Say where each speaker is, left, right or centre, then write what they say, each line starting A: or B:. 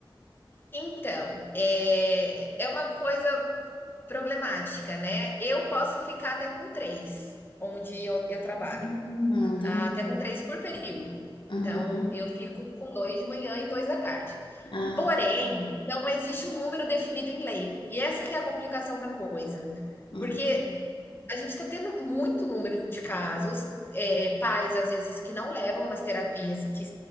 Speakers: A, on the left; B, on the left.
A: então, é, é uma coisa problemática, né? Eu posso ficar até com três, onde eu, eu trabalho,
B: Hum, entendi.
A: até com três por período.
B: Uhum.
A: Então, eu fico com dois de manhã e dois da tarde.
B: Ah,
A: Porém,
B: tá.
A: não existe um número definido em lei. E essa que é a complicação da coisa.
B: Uhum.
A: Porque a gente está tendo muito número de casos, é, é, pais, às vezes, que não levam nas terapias que,